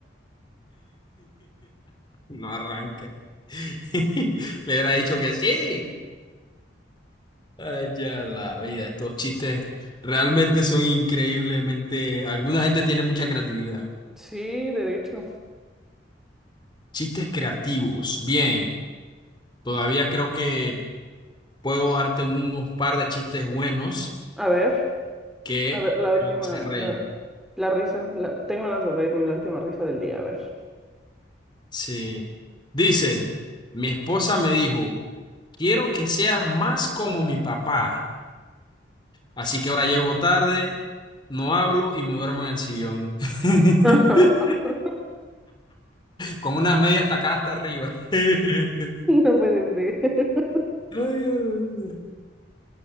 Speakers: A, on the left; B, in the centre.
A: No arranca. <laughs> Le hubiera dicho que sí. Ay, ya la vida. Estos chistes realmente son increíblemente. Alguna gente tiene mucha creatividad.
B: Sí, derecho.
A: Chistes creativos. Bien. Todavía creo que puedo darte unos par de chistes buenos
B: A ver.
A: que
B: A ver, la última,
A: te van a hacer reír.
B: la, la risa. la- tengo ganas de reírme, la última risa del día, a ver.
A: Sí. Dice, mi esposa me dijo, quiero que seas más como mi papá. Así que ahora llego tarde, no hablo y me duermo en el sillón. <laughs>
B: <laughs>
A: Con unas medias tacadas hasta arriba. <laughs> Ay,
B: No puedes decir. <laughs>
A: ay, ay.